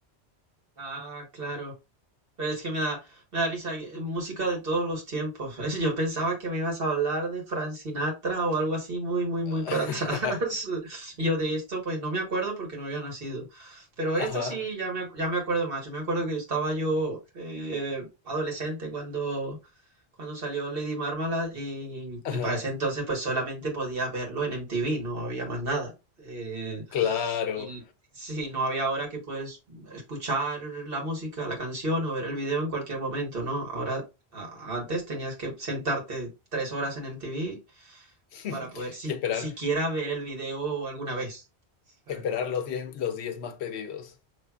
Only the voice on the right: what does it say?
Ah, claro. Pero es que me da, me da risa, eh, música de todos los tiempos. <laughs> Yo pensaba que me ibas a hablar de Frank Sinatra o algo así muy, muy,
muy para atrás. <laughs> Y yo de esto, pues no me acuerdo porque no había nacido. Pero esto
sí, ya me, ac- ya me acuerdo más. Yo me acuerdo que estaba yo eh, adolescente cuando cuando salió Lady Marmalade y,
y para ese entonces pues solamente podías verlo en MTV, no había más nada. Eh,
y sí, no había ahora que puedes escuchar la música, la canción o ver el video en cualquier momento, ¿no? Ahora, a- antes tenías que sentarte tres horas en MTV
para poder si-
siquiera ver el video alguna vez. ¿sabes?